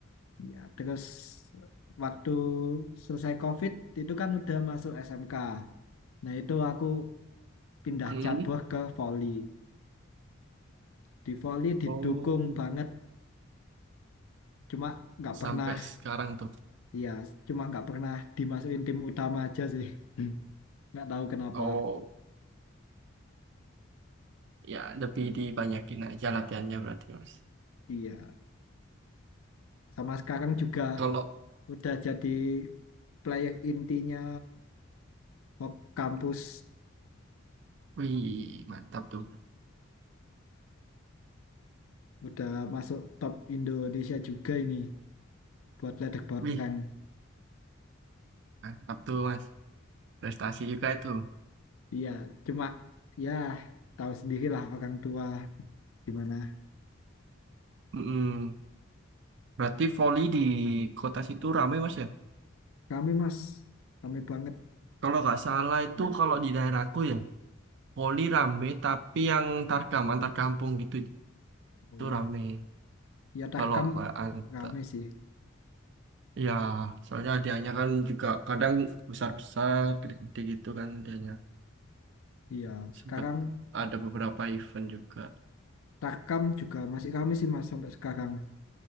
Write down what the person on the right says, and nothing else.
Hmm.
Oh,
sampai sekarang tuh.
Oh, ya lebih dibanyakin aja latihannya berarti mas.
Kalau,
wih, mantap tuh.
Wih,
mantap tuh mas. Prestasi juga itu.
Mm-mm. Berarti voli di kota situ rame mas ya?
Kalau nggak salah itu kalau di daerahku ya, voli rame tapi yang tarkam, antar kampung gitu
itu
rame.
Kalau kayak ant-
Iya, soalnya hadiahnya kan juga kadang besar-besar, gede-gede gitu kan hadiahnya.
Sempet ada beberapa event juga.